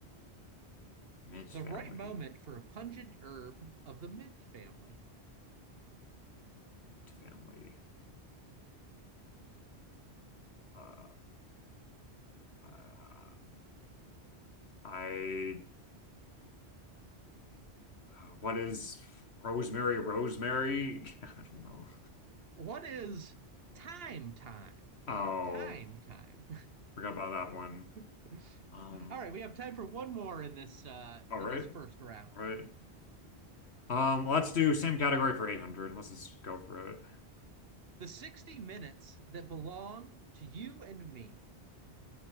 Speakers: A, on the left (about 70°); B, on the right (about 60°).
A: mint
B: The
A: family,
B: right moment for a pungent herb of the mint family.
A: mint family. Uh, uh, I Uh, what is rosemary, rosemary? <laughs> I don't know.
B: What is time time?
A: Oh,
B: Time time.
A: forgot about that one.
B: <laughs> All
A: Um,
B: right, we have time for one more in this uh
A: all
B: in
A: right,
B: this first round.
A: all right. Um, let's do same category for 800. Let's just go for it.
B: The 60 minutes that belong to you and me